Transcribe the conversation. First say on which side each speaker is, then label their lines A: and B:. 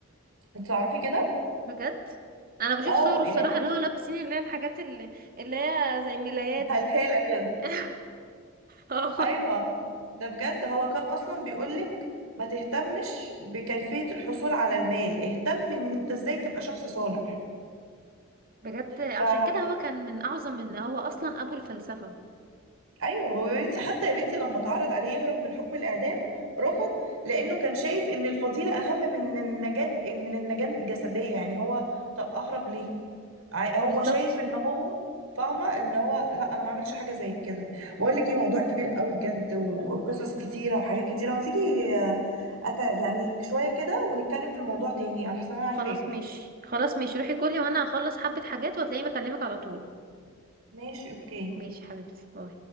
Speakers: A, on the right (about 80°); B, on the right (about 45°).
A: انت تعرفي كده؟
B: بجد أنا بشوف
A: اه
B: صوره الصراحة
A: يعني
B: اللي هو لابسين اللي هي الحاجات اللي, اللي هي زي ملايات
A: <laughs>
B: دي
A: هلهالة كده
B: <laughs> اه
A: ايوه ده بجد هو كان اصلا بيقولك ما تهتمش بكيفية الحصول على المال اهتم ان انت ازاي تبقى شخص صالح
B: بجد عشان
A: فحقيقي
B: كده هو كان من اعظم ان هو اصلا ابو الفلسفة
A: ايوه هو يا بنتي حتى يا بنتي لما اتعرض عليه يهرب من حكم الاعدام رفض لانه كان شايف ان الفضيله اهم من النجان من النجان الجسديه يعني هو طب اهرب ليه عا- هو
B: بالظبط
A: شايف ان هو فاهمه ان هو لا انا ما اعملش حاجه زي كده بقول لك ايه موضوع كبير قوي بجد وقصص كتيره وحاجات كتيره ما تيجي آه، أت... يعني شويه كده ونتكلم في الموضوع تاني احسن انا عايزه
B: خلاص
A: اكل
B: ماشي خلاص ماشي روحي كلي وانا هخلص حبة حاجات وهتلاقيني بكلمك على طول
A: ماشي اوكي
B: ماشي حبيبتي باي